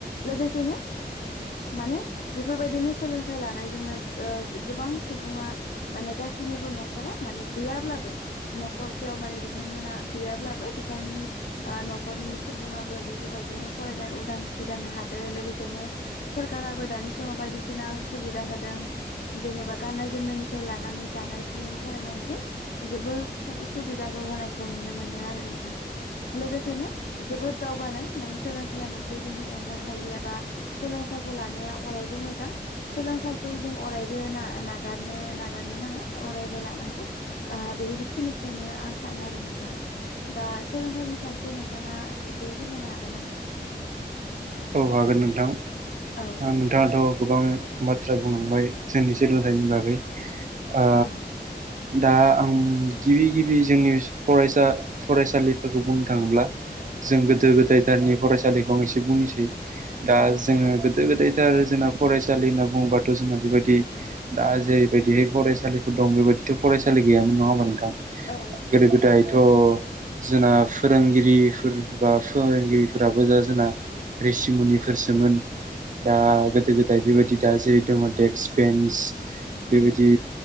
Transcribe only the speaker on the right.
<inaudible>
औ हागोन नोंथां
नोंथाङाथ गोबां बाथ्रा बुंलांबाय जोंनि सोलोंथाइनि बागै ओ
दा आं गिबि गिबि जोंनि फरायसा फरायसालिफोरखौ बुंनो थाङोब्ला जों गोदो
गोदायथारनि फरायसालिखौ आं एसे बुंनोसै दा
जोङो गोदो गोदायथार जोंना फरायसालि होनना बुङोबाथ जोंना बेबायदि दा जेरैबायदिहाय फरायसालिफोर दं बेबायदिथ फरायसालि गैयामोन नङा होमबा नोंथां
गोदो गोदायथ जोंना फोरोंगिरिफोर बा फोरोंगिरिफोराबो जा जोंना रिसिमुनिफोरसोमोन दा गोदो गोदाय बेबायदि दा जेरै दङ डेक्स बेन्स बेबायदि